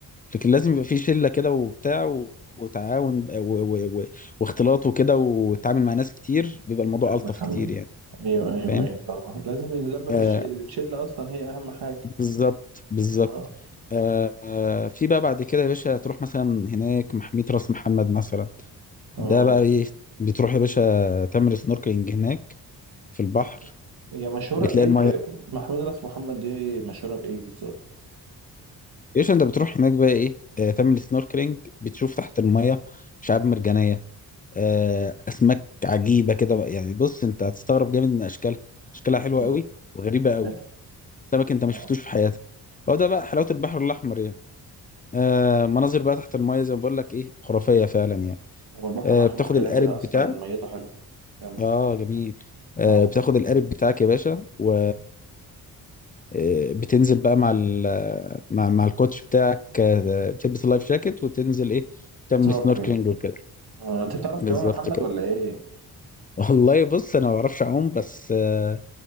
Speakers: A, on the left; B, on the right.
A: لكن لازم يبقى في شله كده وبتاع و... وتعاون و... و... و... واختلاط وكده وتتعامل مع ناس كتير بيبقى الموضوع
B: فاهمك
A: الطف كتير
B: عمال
A: يعني
B: ايوه ايوه
A: فاهم
B: ايوه طبعا لازم اللمه في
A: آه
B: الش... الشله اصلا هي اهم حاجه
A: بالظبط بالظبط
B: اه
A: آه آه في بقى بعد كده يا باشا تروح مثلا هناك محمية راس محمد مثلا
B: اه
A: ده بقى ايه بتروح يا باشا تعمل سنوركلينج هناك في البحر
B: آه. هي مشهورة
A: بتلاقي
B: ايه
A: الميه
B: ب... محمود راس محمد دي مشهورة بايه بالظبط
A: يا باشا انت بتروح هناك بقى ايه آه تعمل سنوركلينج بتشوف تحت الميه شعاب مرجانيه آه، اسماك عجيبه كده بقى. يعني بص انت هتستغرب جامد من اشكالها اشكالها حلوه
B: ايوه
A: قوي وغريبه
B: تمام
A: قوي سمك انت ما
B: اه
A: شفتوش في حياتك هو ده بقى حلاوه البحر الاحمر يعني آه مناظر بقى تحت المايه زي ما بقول لك ايه خرافيه فعلا يعني
B: هو البحر
A: آه
B: الاحمر
A: بتاخد
B: كده
A: القارب
B: كده اصلا
A: بتاعك
B: ميته حلو كمل
A: اه جميل آه
B: اه
A: بتاخد القارب بتاعك يا باشا و آه، بتنزل بقى مع ال مع, مع الكوتش بتاعك آه، بتلبس اللايف جاكيت وتنزل ايه تعمل
B: سنوركلينج
A: سنوركلينج وكده
B: اه انت بتعرف
A: بالظبط
B: تعوم يا محمد
A: كده
B: ولا ايه
A: <laughs> والله بص انا ما بعرفش اعوم بس آه